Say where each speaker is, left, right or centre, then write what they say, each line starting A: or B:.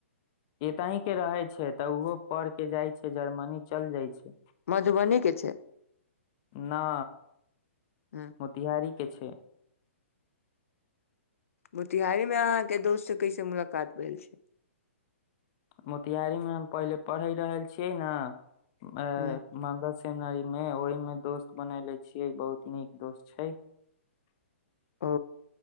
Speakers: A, on the left; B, on the left.
A: एतही के रहै छै तऽ ओहो पढ़ के जाय छै जर्मनी चल जाय छै
B: मधुबनी के छै
A: ना
B: हूँ
A: तिहारी के छै
B: मोतिहारी मे अहाँ के दोस्त से कैसे मुलाकात भेल छै
A: मोतियारीमे हम पहिले पढ़ि रहल छियै ने अ
B: हूँ
A: मंगल सेमनरी मे ओहि मे दोस्त बनले छियै बहुत नीक दोस्त छै <inaudible>
B: उ